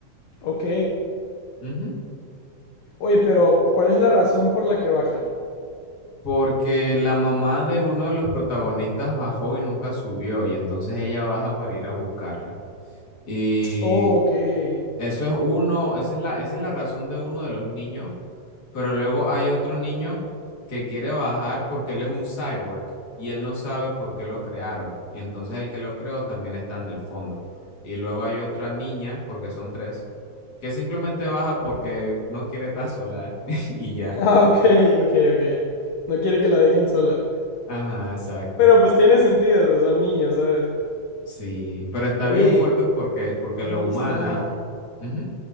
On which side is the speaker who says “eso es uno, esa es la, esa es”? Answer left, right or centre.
Left